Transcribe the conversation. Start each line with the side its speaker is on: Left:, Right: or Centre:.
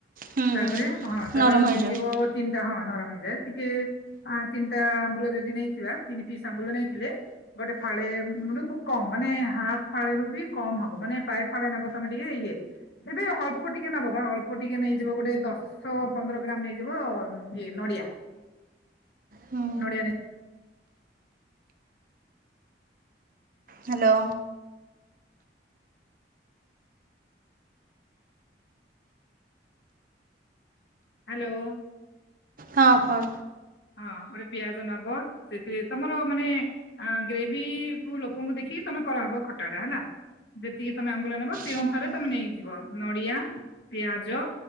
Right: ହୁଁ
Left: ତାପରେ
Right: ହୁଁ
Left: ହଁ ତାପରେ
Right: ନରମ ହେଇଯାଉ
Left: ନେଇଯିବ ତିନିଟା ହଁ ନରମ ହେଇଯାଏ ଟିକେ ତିନିଟା ଆମ୍ବୁଳ ଯଦି ନେଇଥିବା ତିନି ପିସ୍ ଆମ୍ବୁଳ ନେଇଥିଲେ ଗୋଟେ ଫାଳେ ର କମ ମାନେ ହାଫେ ଫାଳେରୁ ବି କମ ହବ ମାନେ ପାଏ ଫାଳେ ନବ ତମେ ଟିକେ ଇଏ। ଫ୍ରବି ଅଳ୍ପ ଟିକେ ନବ ବା ଅଳ୍ପ ଟିକେ ନେଇଯିବ ଗୋଟେ ଦସ ଷୋଳ ପନ୍ଦର ଗ୍ରାମ ନେଇଯିବ ଇଏ ନଡିଆ।
Right: ହୁଁ
Left: ନୋଡି ନେଇ
Right: ହାଲୋ।
Left: ହାଲୋ।
Right: ହଁ କୁଅ।
Left: ହଁ ଗୋଟେ ପିଆଜ ନବ ସେଥିରେ ତମର ମାନେ ଆ ଗ୍ରେଭିପୁ ଲୋକଙ୍କୁ ଦେଖିକି ତମେ କରାହବ ଖଟା ଟା ହେଲା। ଯେତିକି ତମେ ଆମ୍ବୁଲ ନେବ ସେଇ
Right: ହୁଁ
Left: ଅନୁସାରେ ତମେ ନେଇକି ଯିବ ନଡିଆ ପିଆଜ